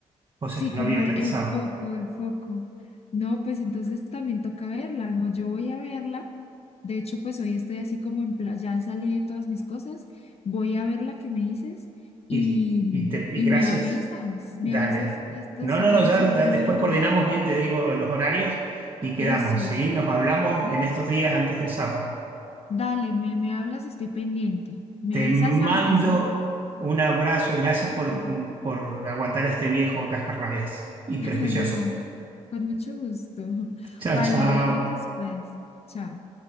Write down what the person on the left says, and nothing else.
Sí,
como
el,
el foco, el foco. No, pues entonces también toca verla, ¿no? Yo voy a verla. De hecho, pues hoy estoy así como en plan, ya salí de todas mis cosas. Voy a ver la que me dices y,
y
me avisas, me
avisas esto
si
quieres
ir
mañana.
Eso,
dale, me, me hablas, estoy pendiente. Me
avisas
antes, ¿no?
Ujú.
<laughs> No, con mucho gusto. <laughs>
Vale,
hablamos después. Chao.